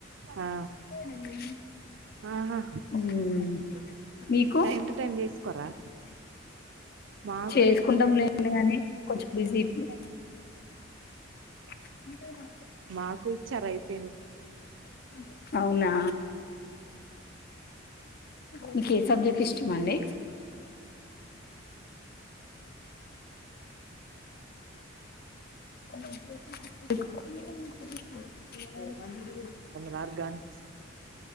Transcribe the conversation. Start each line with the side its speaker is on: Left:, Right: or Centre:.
Right: ఆ
Left: ఇంది
Right: ఆహా
Left: ఉ మీకు
Right: టైమ్ టు టైమ్ చేసుకోరా మాకు
Left: చేసుకుంటాం లేండి కానీ కొంచెం బిజీ అంది <inaudible>
Right: మాకు ఇచ్చారు అయిపోయిను
Left: అే అవునా మీకు ఏ సబ్జెక్ట్ ఇష్టమ అండి <inaudible> ఈ
Right: ర్ గన్స్